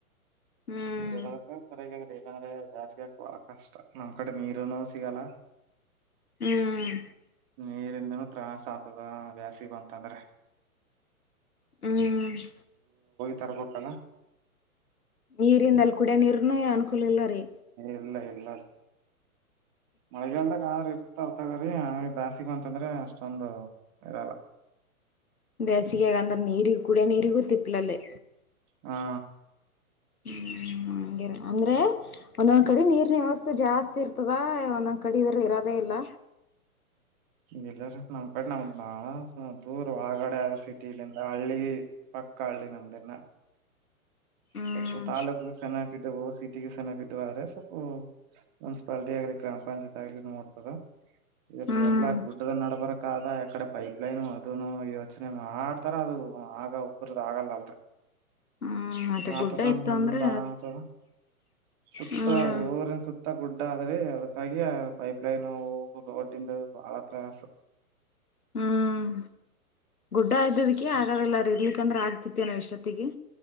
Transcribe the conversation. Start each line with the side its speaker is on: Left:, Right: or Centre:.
Left: ಹ್ಮ್
Right: ಅದೇ ಸರ ಇಲ್ಲಾಂದ್ರೆ ಜಾಸ್ತಿ ಹಾಕುವ ಕಷ್ಟ ನಮ್ ಕಡೆ ನೀರನು ಸಿಗಲ್ಲ
Left: ಹ್ಮ್
Right: ನೀರಿನ ದಿ ತ್ರಾಸ ಅಗತಾದ ಬ್ಯಾಸಗಿ ಬಂತ್ ಅಂದ್ರೆ
Left: ಹ್ಮ್
Right: ತರ್ಬೇಕಲ್ಲ
Left: ನೀರಿಂದ ಅಲ್ಲಿ ಕುಡಿಯ ನೀರನು ಅನುಕೂಲ ಇಲ್ಲ ರೀ
Right: ಇಲ್ಲ ಇಲ್ಲ ಸ ಮಳೆಗಾಲದಾಗ ಆದ್ರ ಇರ್ತಾರತಗ್ರೀ ಆದರೆ ಬ್ಯಾಸಗಿ ಬಂತ ಅಂದ್ರೆ ಅಷ್ಟೊಂದು ಇರಲ್ಲ
Left: ಬ್ಯಾಸಗ್ಯಾಗ ಅಂದ್ರ ನೀರ ಇ ಕುಡಿಯ ನೀರುಗೂ ತಿಪ್ಪಲ್ ಅಲ್ಲಿ
Right: ಹಾ
Left: ಹ್ಮ್ ಹಂಗಿಲ್ಲ ಅಂದ್ರೆ ಒಂದೊಂದ್ ಕಡೆ ನೀರ್ನ ವ್ಯವಸ್ಥೆ ಜಾಸ್ತಿ ಇರ್ತದ ಒಂದೊಂದ್ ಕಡೆ ಇರೋದೇ ಇಲ್ಲ.
Right: ಇಲ್ಲಾರ ನಮ್ ಕಡೆ ನಮ್ದ ಬಾಳ ದೂರ ಒಳಗಡೆ ಆದ ಸಿಟಿಲ್ಲಿಂದ ಹಳ್ಳಿ ಪಕ್ಕ ಹಳ್ಳಿ ನಮ್ದಿನ.
Left: ಹ್ಮ್
Right: ಸ್ವಲ್ಪ ತಾಲೂಕು ಚೆನ್ನಾಗಿದ್ದವು ಸಿ ಟ್ಟಿಗೆ ಸೆನ್ ಆದ್ರೆ ಸ್ವಲ್ಪ ಮುನ್ಸಿಪಾಲಿಟಿ ಆಗಲಿ ಗ್ರಾಮ ಪಂಚಾಯತ್ ಆಗ್ಲಿ ನೋಡ್ತದ. ಇವೆಲ್ಲಾ
Left: ಹ್ಮ್
Right: ಗುಡ್ಡದ ನಡಬರಕ್ ಆದ ಅ ಕಡೆ ಪೈಪ್ಲೈನು ಅದನು ಯೋಚನೆ ಮಾಡ್ತಾರ ಅದು ಆಗ ಒಬರದ ಆಗಲ್ಲಲ್ರ.
Left: ಹ್ಮ್ ಮತ್ತೆ
Right: ಆತದ
Left: ಗುಡ್ಡ ಇತ್ತು
Right: ಮುಂದ
Left: ಅಂದ್ರೆ
Right: ಆತದ ಸುತ್ತ
Left: ಹ್ಮ್
Right: ಊರಿನ್ ಸುತ್ತ- ಗುಡ್ಡ ಆದ ರಿ ಅದಕ್ಕಾಗಿ ಆ ಪೈಪ್ಲೈನು ರೋಡ್ದ ಬಹಳ ತ್ರಾಸ.
Left: ಹ್ಮ್ ಗುಡ್ಡ ಆಯ್ದದಕ್ಕೆ ಆಗ ಎಲ್ಲಾರ ಇರ್ಲಿಕ್ಕಂದ್ರೆ ಆಗ್ತತಿ ಏನೋ ಇಷ್ಟೊತ್ತಿಗೆ.